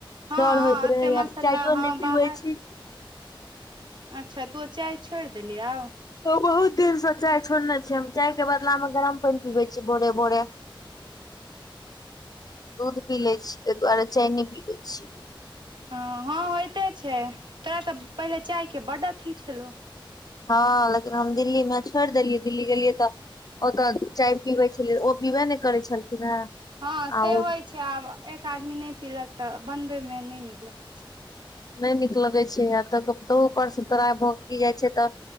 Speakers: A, on the right; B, on the left.
A: हँ
B: डर होइत
A: एते
B: रहैये
A: मसाला
B: आब। चाययो
A: हँ
B: नहि
A: बाहर
B: पीबै छी।
A: अच्छा तों चाय छोड़ि देली आब?
B: ओ बहुत दिनसे चाय छोड़ने छिय। हम चाय के बदला मे गरम पानि पीबै छी भोरे-भोरे। दूध पी लै छी। तै दुआरे चाय नै पीबै छी।
A: हं, हँ होइते छै। तैं तऽ पहिले चाय के बड अथी छलौह।
B: हँ लेकिन हम दिल्ली मे छोड़ि देलियै। दिल्ली गेलियै तऽ ओतऽ चाय पीबै लियै। ओ पीबे नहि करै छलखिन हेँ।
A: हँ से
B: आ
A: होइ
B: ओ
A: छै, आब एक आदमी नहि पीलक तऽ बनबै मे नहि निक लगत
B: नहि नीक लगै छै। आ तऽ-तहु परसँ तोरा भ की जाइ छै तऽ